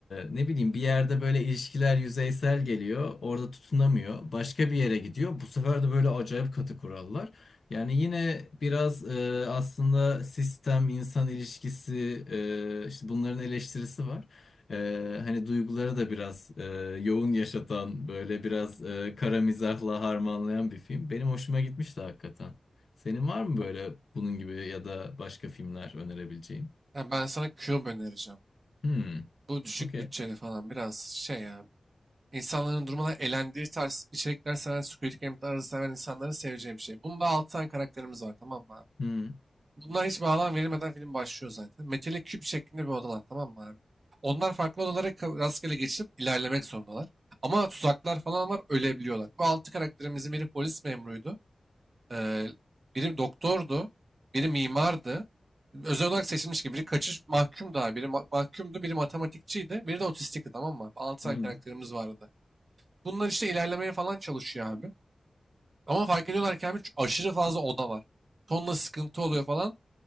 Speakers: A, on the left; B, on the right.
A: ne bileyim bir yerde böyle ilişkiler yüzeysel geliyor. Orada tutunamıyor. Başka bir yere gidiyor. Bu sefer de böyle acayip katı kurallar. Yani yine biraz e, aslında sistem, insan ilişkisi, e, işte bunların eleştirisi var. E, hani duyguları da biraz e, yoğun yaşatan, böyle biraz e, kara mizahla harmanlayan bir film. Benim hoşuma gitmişti hakikaten. Senin var mı böyle
B: Ha,
A: bunun gibi ya da başka filmler önerebileceğin?
B: ha, ben sana Cube önereceğim.
A: Hmm,
B: Bu düşük
A: okey.
B: bütçeli falan biraz şey ya. İnsanların durmadan elendiği tarz içerikler seven, Squid Game tarzı seven insanların seveceği bir şey. Bunda 6 tane karakterimiz var tamam mı abi?
A: Hmm.
B: Bunlar hiç bağlam verilmeden film başlıyor zaten. Metalik küp şeklinde bir odalar tamam mı abi? Onlar farklı odalara ka- rastgele geçip ilerlemek zorundalar. Ama tuzaklar falan var ölebiliyorlar. Bu 6 karakterimizin biri polis memuruydu. Ee, biri doktordu. Biri mimardı. Özel olarak seçilmiş gibi. Biri kaçış mahkum daha. Biri ma- mahkumdu. Biri matematikçiydi. Biri de otistikti tamam mı abi? 6 tane
A: hmm.
B: karakterimiz vardı. Bunlar işte ilerlemeye falan çalışıyor abi. Ama fark ediyorlar ki abi aşırı fazla oda var. Tonla sıkıntı oluyor falan.